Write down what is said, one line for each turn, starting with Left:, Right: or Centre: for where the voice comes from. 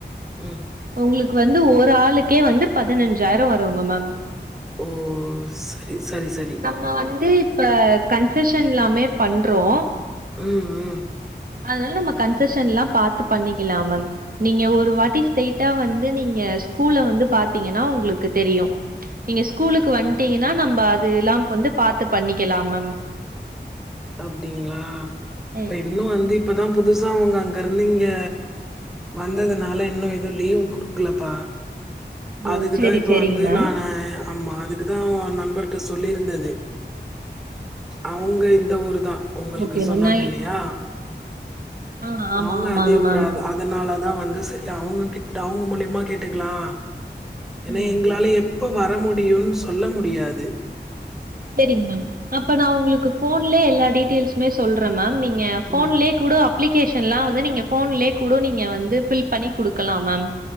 Centre: ம்
Right: உங்ளுக்கு வந்து ஒரு ஆளுக்கே வந்து பதினஞ்சாயிரம் வரும்ங்க மேம்
Centre: ஓ சரி சரி சரி
Right: நம்ம வந்து இப்ப கன்செஷன்ல்லாமே பண்றோ
Centre: ம் ம்
Right: அதனால நம்ம கன்செஷன்ல்லா பாத்து பண்ணிக்கலா மேம் நீங்க ஒரு வாட்டி ஸ்ட்ரயிட்டா வந்து நீங்க ஸ்கூல்ல வந்து பாத்தீங்கன்னா உங்களுக்கு தெரியு நீங்க ஸ்கூலுக்கு வந்துட்டீங்கனா நம்ப அது எல்லாம் வந்து பாத்து பண்ணிக்கலாம் மேம்
Centre: அப்டிங்களா இப்ப
Right: ம்
Centre: இன்னு வந்து இப்பதா புதுசா ஒன்னு அங்கருந்து இங்க வந்ததுனால இன்னு எதுவு லீவு குடுக்கலபா
Right: ஓ
Centre: அதுக்குதா
Right: சேரி
Centre: இப்ப
Right: சேரிங்க
Centre: வந்து
Right: மேம்
Centre: நானு ஆமா அதுக்குதா ஓ நண்பர்ட்ட சொல்லிருந்தது அவுங்க இந்த ஊரு தா உங்களுக்கு
Right: ஓகே
Centre: சொன்னாங்க
Right: மேம் நா
Centre: இல்லயா
Right: ஆ ஆமா
Centre: அவுங்க
Right: ஆமாங்க
Centre: அதே ஊரு
Right: மேம்
Centre: ஆத அதனால தா வந்து சரி அவங்க கிட்ட அவங்க மூலியமா கேட்டுக்கலா ஏனா
Right: ம்
Centre: எங்களால எப்ப வர முடியுனு சொல்ல முடியாது
Right: சரிங்க மேம் அப்ப நா உங்களுக்கு ஃபோன்லே எல்லா டீட்டெய்ல்ஸுமே சொல்றே மேம் நீங்க ஃபோன்லயே
Centre: ம்.
Right: கூட அப்பிலிகேஷன் லா வந்து நீங்க ஃபோன்லெ கூட நீங்க வந்து பில் பண்ணி குடுக்கலா மேம்